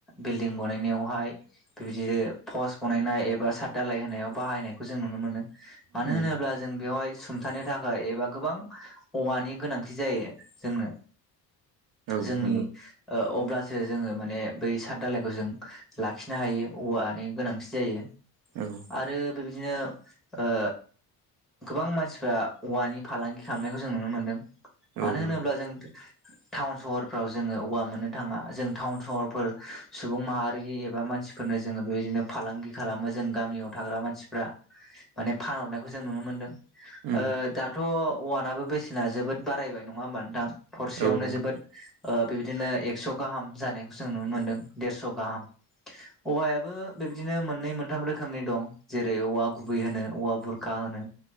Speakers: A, in the centre; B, on the right (about 65°).
A: बिल्डिं बनायनायावहाय बिबिदिनो फस्ट बनायनाय एबा साद दालाय हो नायाव बाहायनायखौ जों नुनो मोनो मानो
B: उम
A: होनोब्ला जों बेवहाय सुंथानो थाखाय एबा गोबां अवानि गोनांथि जायो जोंनो
B: औ
A: जोंनि
B: नंगौ
A: ओ अब्लासो जोंङो माने बै साद धालायखौ जों लाखिनो हायो औवानि गोनांथि जायो
B: औ
A: आरो बिबायदिनो ओ गोबां मानसिफ्रा औवानि फालांगि खालामनायखौ जों नुनो मोनदों मानो
B: औ
A: होनोब्ला
B: नंगौ
A: जों थाउन सहरफ्राव जोंङो औवा मोननो थाङा जों थाउन सहरफोर सुबुं माहारि एबा मानसि फोरनो जोंङो बेबायदिनो फालांगि खालामो जों गामियाव थाग्रा मानसिफ्रा माने फानहरनायखौ जों नुनो मोनदों
B: उम
A: ओ दाथ' अवानाबो बेसेना जोबोद बारायबाय नङा होमबा नोंथां थरसेयावनो
B: औ नंगौ
A: जोबोद ओ बेबायदिनो एक्स' गाहाम जानायखौ जों नुनो मोनदों देरस' गाहाम औवायाबो बेबायदिनो मोननै मोनथाम रोखोमनि दं जेरै औवा गुब गुबै होनो, औवा बुरखा होनो